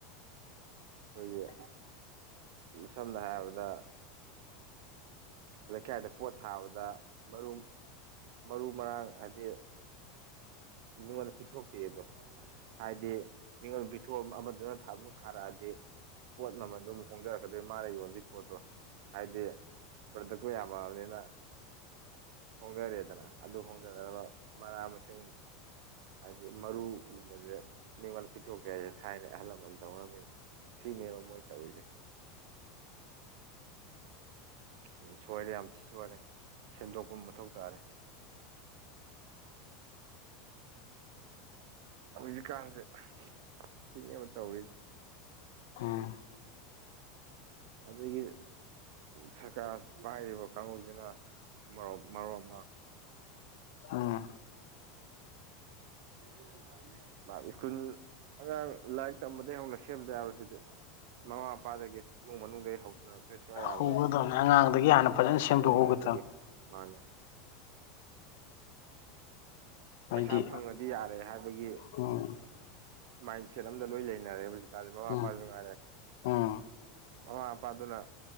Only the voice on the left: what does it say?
ꯎꯝ꯫
ꯑꯥ
ꯍꯧꯒꯗꯕꯅꯤ ꯑꯉꯥꯡꯗꯒꯤ ꯍꯥꯟꯅ ꯐꯖꯅ ꯁꯦꯝꯗꯣꯛꯍꯧꯒꯦꯇꯧ
ꯍꯥꯏꯗꯤ
ꯎꯝ
ꯎꯝ
ꯎꯝ